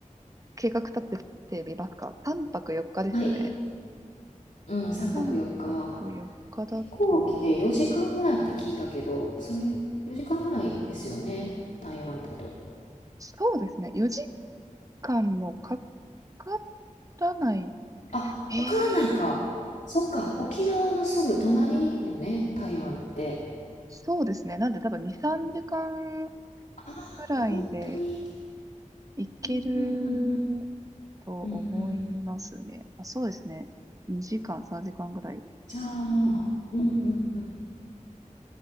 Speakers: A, on the right; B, on the left.
A: 計画立ててみますか ?3 泊4日ですよね。
B: はい。うん、3泊4日。
A: 3泊4日だと、
B: 飛行機で4時間ぐらいって聞いたけど、それ4時間ぐらいですよね。台湾だと。
A: そうですね。4時間もかからない。
B: あ、
A: へ
B: かからないか。
A: え、
B: そっか。沖縄のすぐ隣よね。台湾って。
A: そうですね。なんで多分2、3時間くらいで
B: あ、本当に。
A: 行ける
B: うん、うん、うん、うん。
A: と思いますね。
B: うん、うん、うん。
A: あ、そうですね。2時間、3時間ぐらい。
B: じゃあ、うん、うん、うん。